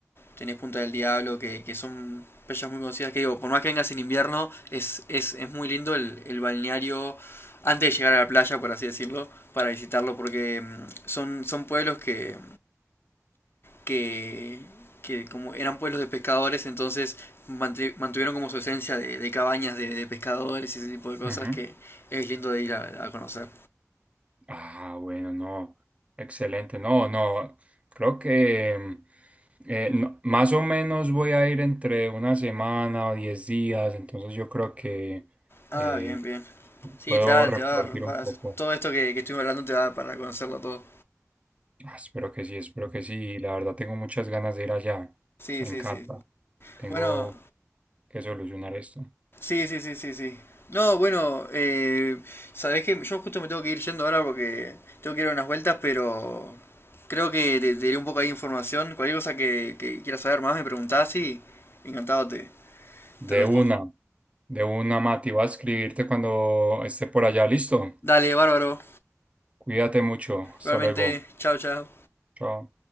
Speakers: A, on the left; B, on the right.
A: tenés Punta del Diablo, que, que son playas muy conocidas, que digo, por más que vengas en invierno, es, es, es muy lindo el, el balneario antes de llegar a la playa, por así decirlo, para visitarlo, porque mm, son, son pueblos que que, que como eran pueblos de pescadores, entonces mantuvieron como su esencia de, de cabañas de, de pescadores y ese tipo de cosas
B: ujú.
A: que es lindo de ir a, a conocer.
B: Ah, bueno, no. Excelente. No, no. Creo que mm, eh, no- más o menos voy a ir entre una semana o diez días. Entonces yo creo que
A: Ah,
B: eh,
A: bien, bien. Sí,
B: puedo
A: te va,
B: repartir
A: te va a dar para
B: un poco.
A: todo esto que, que estuvimos hablando te va a dar para conocerlo todo.
B: Ah, espero que sí, espero que sí. La verdad tengo muchas ganas de ir allá.
A: Sí,
B: Me
A: sí,
B: encanta.
A: sí, sí.
B: Tengo
A: Bueno,
B: que solucionar esto.
A: Sí, sí, sí, sí, sí. No, bueno, eh, sabés que yo justo me tengo que ir yendo ahora porque tengo que ir a unas vueltas, pero creo que te, te diré un poco ahí de información. Cualquier cosa que, que quieras saber más me preguntás y encantado te,
B: De
A: te respondo.
B: una, de una, Mati. Voy a escribirte cuando esté por allá. Listo.
A: Dale, bárbaro.
B: Cuídate mucho. Hasta
A: Realmente,
B: luego.
A: chao, chao.
B: Chao.